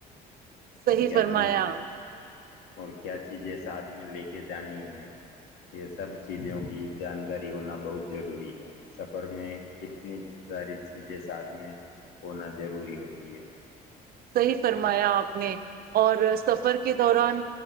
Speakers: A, on the right; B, on the left.
A: صی
B: اور کیا
A: پرر
B: چیز
A: مایا
B: اور کیا چیزیں ساتھ میں لے کے جانی ہے یہ سب چیزوں کی جانکاری ہونا بہت ضروری ہے سفر میں کتنی ساری چیزیں ساتھ میں ہونا ضروری ہوتی ہے
A: صحیح فرمایا آپ نے اور سفر کے دوران